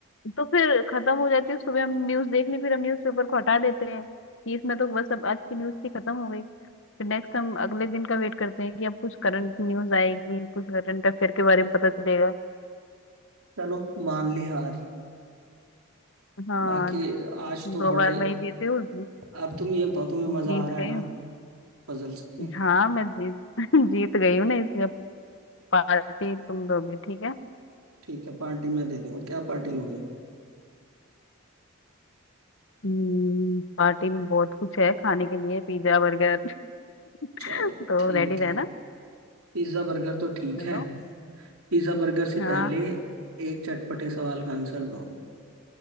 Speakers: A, on the left; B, on the right.
A: तो फिर खत्म हो जाती है सुबह हम न्यूज देख ली फिर हम न्यूज पेपर को हटा देते हैं कि इसमें तो बस अब आज की न्यूज थी खत्म हो गई फिर नेक्स्ट हम अगले दिन का वेट करते हैं कि अब कुछ करंट न्यूज आएगी कुछ करंट अफेयर के बारे में पता चलेगा
B: चलो मान ली हार
A: हाँ
B: बाकी आज
A: दो
B: तो बड़ा
A: बार
B: ही
A: मैं ही जीती हूँ
B: अब तुम ये बताओ तुम्हें
A: जीत
B: मजा आ रहा है
A: गई
B: ना
A: हूँ
B: पजल्स में
A: हाँ मैं जीत <laughs> जीत गई हूँ ना इसलिए पार्टी तुम दोगे ठीक है
B: ठीक है पार्टी मैं दे दूंगा क्या पार्टी लोगे
A: हम्म, पार्टी में बहुत कुछ है खाने के लिए पिज्जा बर्गर <laughs>
B: चलो
A: तो
B: ठीक
A: रेडी रहना
B: है पिज्जा बर्गर तो ठीक
A: चलो
B: है पिज्जा बर्गर से
A: हाँ
B: पहले एक चटपटे सवाल का आंसर दो